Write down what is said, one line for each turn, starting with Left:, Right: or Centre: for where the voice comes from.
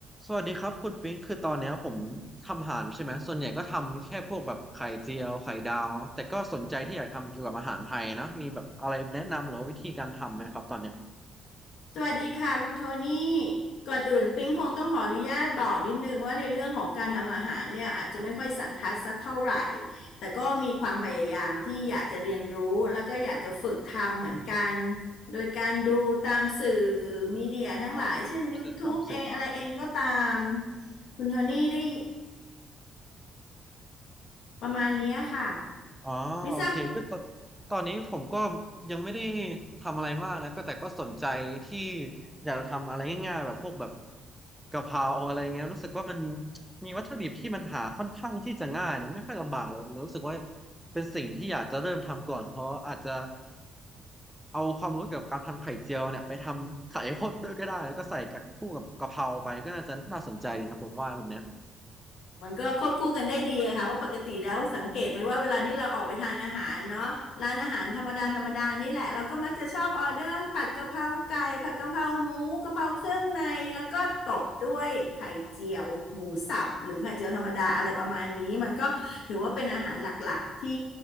Centre: สวัสดีครับคุณปิ๊งคือตอนเนี้ยผมทำอาหารใช่ไหมส่วนใหญ่ก็ทำแค่พวกแบบไข่เจียวไข่ดาวแต่ก็สนใจที่อยากทำเกี่ยวกับอาหารไทยนะมีแบบอะไรแนะนำหรือว่าวิธีการทำไหมครับตอนเนี้ย
Left: สวัสดีค่ะคุณโทนี่ก่อนอื่นปิ๊งคงต้องขออนุญาตบอกนิดนึงว่าในเรื่องของการทำอาหารเนี่ยอาจจะไม่ค่อยสันทัดสักเท่าไหร่แต่ก็มีความพยายามที่อยากจะเรียนรู้แล้วก็อยากจะฝึกทำเหมือนกันโดยการดูตามสื่อมีเดียทั้งหลายเช่น
Centre: อ๋อตามสื่อตามสื่อ
Left: YouTube เองอะไรเองก็ตามคุณโทนี่ได้ประมาณเนี้ยค่ะ
Centre: อ๋อโอเคก็ตอนตอนนี้ผมก็
Left: ไม่ทราบ
Centre: ยังไม่ได้ทำอะไรมากนะก็แต่ก็สนใจที่อยากจะทำอะไรง่ายๆแบบพวกแบบกะเพราอะไรเงี้ยรู้สึกว่ามันมีวัตถุดิบที่มันหาค่อนข้างที่จะง่ายนะไม่ค่อยลำบากเลยรู้สึกว่าเป็นสิ่งที่อยากจะเริ่มทำก่อนเพราะอาจจะเอาความรู้เกี่ยวกับการทำไข่เจียวเนี่ยไปทำไข่ข้นด้วยก็ได้แล้วก็ใส่กับคู่กับกะเพราไปก็น่าจะน่าสนใจนะผมว่าแบบเนี้ย
Left: มันก็ควบคู่กันได้ดีอะค่ะเพราะปกติแล้วสังเกตไหมว่าเวลาที่เราออกไปทานอาหารเนาะร้านอาหารธรรมดาธรรมดานี่แหละเราก็มักจะชอบออเดอร์ผัดกะเพราไก่ผัดกะเพราหมูกะเพราเครื่องในแล้วก็ตบด้วยไข่เจียวหมูสับหรือไข่เจียวธรรมดาอะไรประมาณนี้มันก็ถือว่าเป็นอาหารหลักๆที่